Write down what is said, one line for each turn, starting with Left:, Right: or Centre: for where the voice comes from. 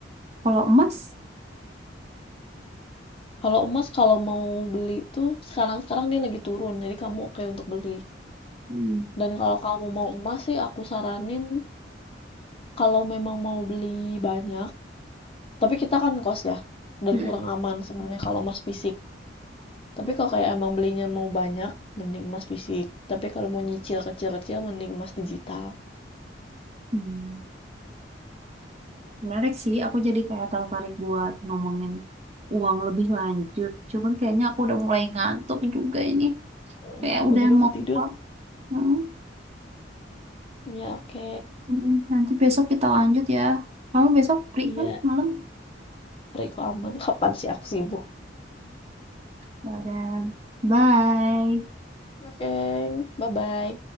Right: kalau emas
Left: Kalau emas kalau mau beli tuh sekarang-sekarang dia lagi turun, jadi kamu oke untuk beli.
Right: Hmm.
Left: Dan kalau kamu mau emas sih aku saranin kalau memang mau beli banyak, tapi kita kan kos ya, dan
Right: Mm-mm.
Left: kurang aman sebenarnya kalau emas fisik. Tapi kalau kayak emang belinya mau banyak, mending emas fisik. Tapi kalau mau nyicil kecil-kecil, mending emas digital.
Right: Hmm. Menarik sih, aku jadi kayak tertarik buat ngomongin uang lebih lanjut. Cuman kayaknya aku udah mulai ngantuk juga ini. Kayak
Left: Iya, aku
Right: udah
Left: juga
Right: mau
Left: mau tidur.
Right: pulang. Hmm.
Left: Iya, oke.
Right: Mm-mm. Nanti besok kita lanjut ya. Kamu besok free
Left: Iya,
Right: kan malam?
Left: Riko aman. Kapan sih aku sibuk?
Right: Dadah. Bye.
Left: Oke, bye-bye.